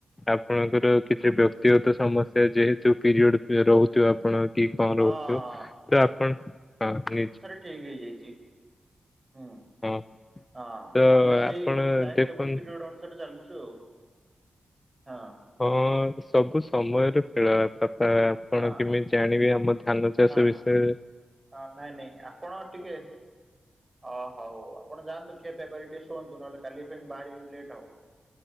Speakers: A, on the left; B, on the right.
A: ଆପଣଙ୍କର କିଛି ବ୍ୟକ୍ତିଗତ ସମସ୍ୟା ଯେହେତୁ ପିରିୟଡ ରହୁଥିବ ଆପଣ କି କଲ
B: ହଁ
A: ଉଠେଇବ ତ ଆପଣ ହଁ ନି
B: ଠିକ୍ ହେଇଯାଇଛି ହୁଁ
A: ହଁ
B: ହଁ
A: ତ
B: ଆମେ ସେଇ
A: ଆପଣ
B: ଟାଇମ
A: ଦେଖନ୍ତୁ
B: ଟେବୁଲ ପିରିୟଡ ଅନୁସାରେ ଚାଲୁଛୁ ଚୁ ହଁ।
A: ହଁ ସବୁ ସମୟରେ ଫେଳ ବାପା ଆପଣ
B: ହଁ ହଁ
A: କେମିତି ଜାଣିବେ ଆମ ଧାନ ଚାଷ
B: ହଁ
A: ବିଷୟରେ
B: ହଁ ନାଇଁ ନାଇଁ ଆପଣ ଟିକେ ଅ ହଉ ଆପଣ ଯାନ୍ତୁ କ୍ଷେପିଆ କରି ଟିକେ ଶୁଅନ୍ତୁ ନହେଲେ କାଲି ଫ ବାହାରି ଲେଟ୍ ହବ।